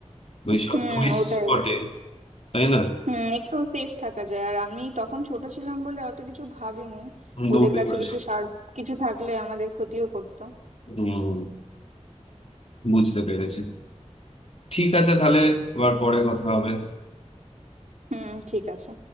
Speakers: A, on the left (about 55°); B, on the right (about 80°).
A: ওই সব
B: হুম
A: টুরিস্ট
B: ওটাই
A: স্পটে তাই না
B: হুম একটু সেফ থাকা যায় আর আমি তখন ছোট ছিলাম বলে অত কিছু ভাবিনি
A: দৌড়ে
B: ওদের কাছে
A: করে
B: কিছু সার কিছু থাকলে আমাদের ক্ষতিও করতো
A: হুম বুঝতে পেরেছি ঠিক আছে তাহলে আবার পরে কথা হবে
B: হুম ঠিক আছে